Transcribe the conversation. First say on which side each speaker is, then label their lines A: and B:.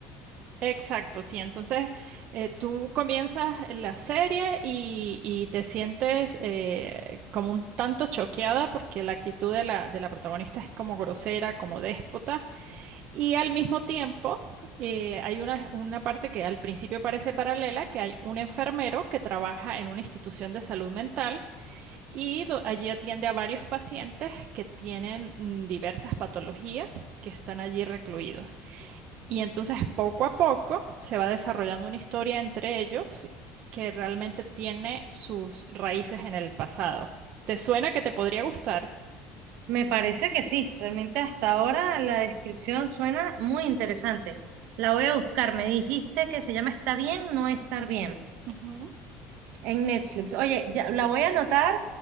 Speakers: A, on the right; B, on the right.
A: Exacto, sí. Entonces, eh, tú comienzas la serie y, y te sientes eh, como un tanto choqueada porque la actitud de la, de la protagonista es como grosera, como déspota. Y al mismo tiempo, eh, hay una, una parte que al principio parece paralela, que hay un enfermero que trabaja en una institución de salud mental y do- allí atiende a varios pacientes que tienen mm, diversas patologías que están allí recluidos. Y entonces poco a poco se va desarrollando una historia entre ellos que realmente tiene sus raíces en el pasado. ¿Te suena que te podría gustar?
B: Me parece que sí, realmente hasta ahora la descripción suena muy interesante. La voy a buscar, me dijiste que se llama Está bien, no estar bien
A: Ujú.
B: en Netflix. Oye, ya la voy a anotar